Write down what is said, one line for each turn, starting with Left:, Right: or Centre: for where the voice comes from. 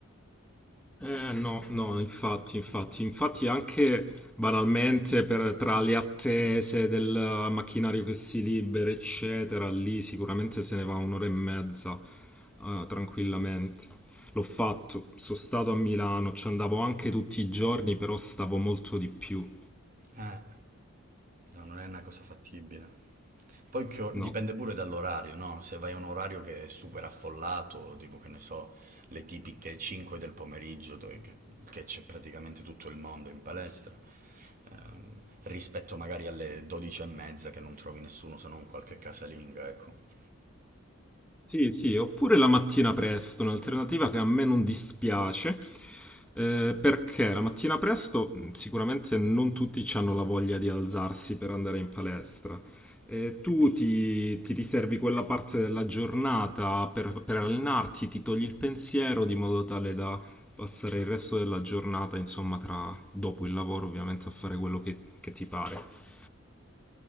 Centre: Eh, no, no, infatti, infatti, infatti anche banalmente per- tra le attese del macchinario che si libera, eccetera, lì sicuramente se ne va un'ora e mezza, eh, tranquillamente. L'ho fatto, sono stato a Milano, ci andavo anche tutti i giorni, però stavo molto di più.
Right: Eh, No, non è una cosa fattibile. Poi che or-
Centre: No.
Right: dipende pure dall'orario, no? Se vai a un orario che è super affollato, tipo che ne so, le tipiche 5 del pomeriggio, dove, che che c'è praticamente tutto il mondo in palestra, ehm, rispetto magari alle 12 e mezza che non trovi nessuno se non qualche casalinga, ecco.
Centre: Sì, sì, oppure la mattina presto, un'alternativa che a me non dispiace, eh, perché la mattina presto mh, sicuramente non tutti hanno la voglia di alzarsi per andare in palestra. Eh, tu ti, ti riservi quella parte della giornata per, per allenarti, ti togli il pensiero di modo tale da passare il resto della giornata, insomma, tra, dopo il lavoro ovviamente, a fare quello che che ti pare.